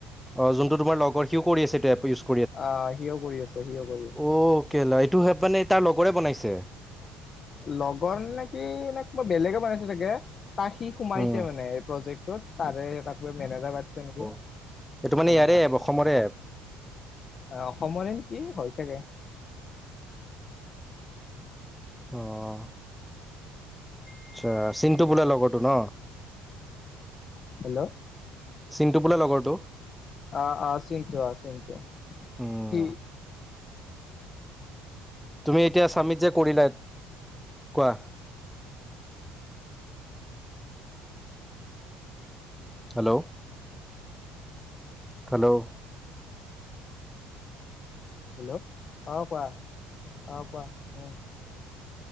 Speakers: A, in the centre; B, on the left (about 35°).
A: অ যোনটো তোমাৰ লগৰ সিও কৰি আছে এইটো এপ ইউছ
B: আ সিও কৰি আছে সিও কৰি আছে
A: অ কেলা এইটো হেপ মানে তাৰ লগৰে বনাইছে
B: লগৰ নেকি নে কোনবা বেলেগে বনাইছে চাগে তাত সি সোমাইছে
A: উম
B: মানে প্ৰজেক্টটোত তাৰে মেনেজাৰ পাতিছে নেকি
A: অ এইটো মানে
B: সেনেকা।
A: ইয়াৰে এপ অসমৰে এপ
B: অ অসমৰে নেকি হয় চাগে।
A: অ' আচ্ছা চিণ্টু বোলো লগৰটো ন।
B: হেল্ল'
A: চিণ্টু বোলা লগৰটো।
B: অ' অ' চিন্তু অ চিন্তু
A: উম
B: সি
A: তুমি এতিয়া ছাবমিট যে কৰিলা, কোৱা? হেল্ল' হেল্ল'
B: হেল্ল' অ কোৱা অ কোৱা। উম।